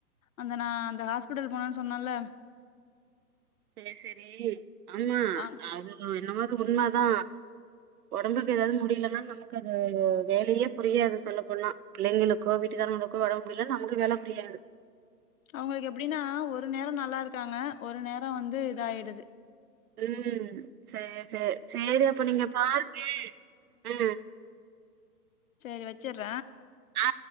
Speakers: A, on the left (about 60°); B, on the right (about 70°).
A: அந்த நா அந்த ஹாஸ்பிட்டல் போனன்னு சொன்னேன்ல
B: சரி சரி ஆமா
A: அங்
B: அது என்னமது உண்மை தா ஒடம்புக் ஏதாவது முடியலன்னா நமக்கு அது வேலயே புரியாது சொல்லப்போனா பிள்ளைங்களுக்கோ வீட்டுக்காரங்களுக்கோ ஒடம்பு முடியல அங்க வேல புரியாது
A: அவுங்களுக்கு எப்டீன்னா ஒரு நேரோ நல்லா இருக்காங்க ஒரு நேரோ வந்து இத ஆயிடுது
B: ம் சரி சரி சரி அப்ப நீங்க பாருங்க ம்
A: சரி வச்சிடுற
B: ஆ